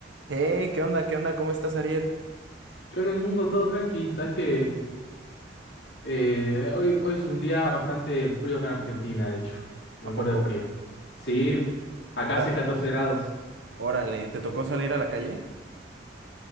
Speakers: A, on the right; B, on the left.
A: Hey, ¿qué onda? ¿Qué onda? ¿Cómo estás, Ariel?
B: ¿Qué onda el mundo? Todo tranqui. Sabes que eh, hoy, hoy es un día bastante frío acá en Argentina, de hecho. Me
A: ¿A
B: muero
A: poco?
B: de frío. Sí, acá
A: Ta-
B: hace 14 grados.
A: Órale, ¿te tocó salir a la calle?